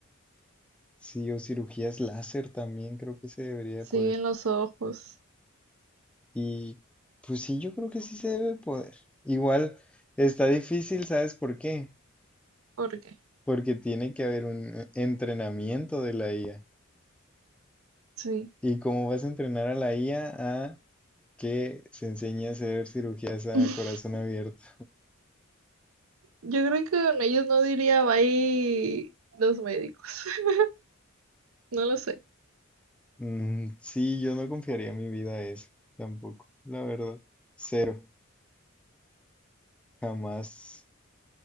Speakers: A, in the centre; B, on the right (about 85°).
A: Sí, o cirugías láser también creo que se debería de
B: Sí,
A: poder.
B: en los ojos.
A: Y pues sí, yo creo que sí se debe poder. Igual está difícil, ¿sabes por qué?
B: ¿Por qué?
A: Porque tiene que haber un eh, entrenamiento de la IA.
B: Sí.
A: ¿Y cómo vas a entrenar a la IA a a que se enseñe a hacer cirugías a
B: <laughs>
A: corazón abierto?
B: Yo creo que con ellos no diría bye los médicos. <laughs> No lo sé.
A: Mm, sí, yo no confiaría mi vida a eso, tampoco, la verdad. Cero, jamás.